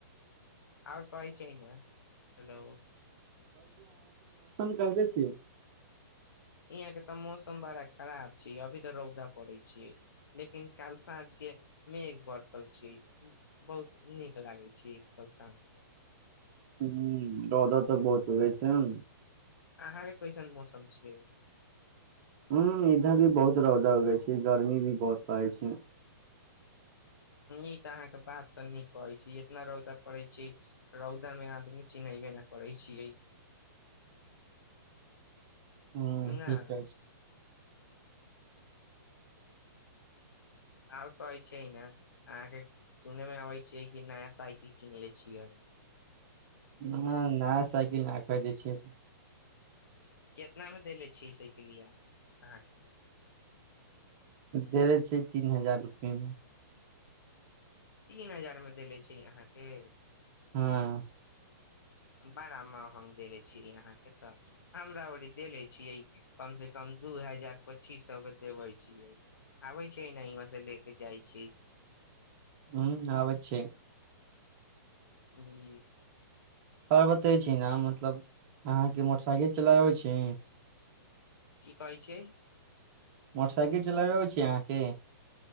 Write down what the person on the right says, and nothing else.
कलके छियै
ह्म रौदा त बहुत उगइ छैन
ह्म इधर भी बहुत रौदा उगै छि गर्मी भी बहुत पड़ै छै
ह्म
ठीक अछि
<inaudible> न नाया साइकिल ना खरिदै छि अभी
देे छै तीन हजार रुपए मे
हँ
ह्म आबै छै
आ बतैछी ना मतलब अहाँके मोटसाइकिल चलाबै छी
मोटसाइकिल चलाबै अबइ छि अहाँके